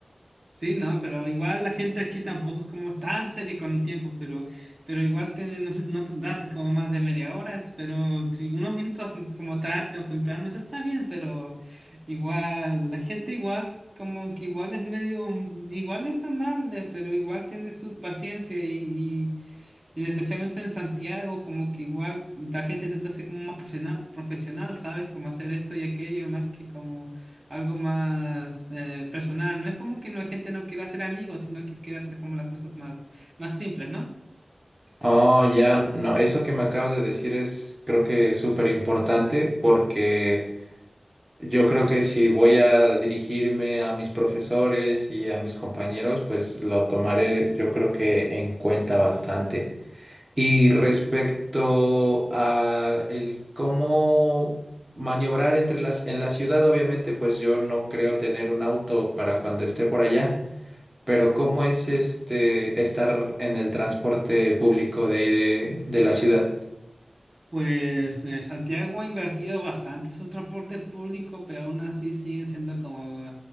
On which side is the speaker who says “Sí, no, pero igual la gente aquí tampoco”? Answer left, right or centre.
Right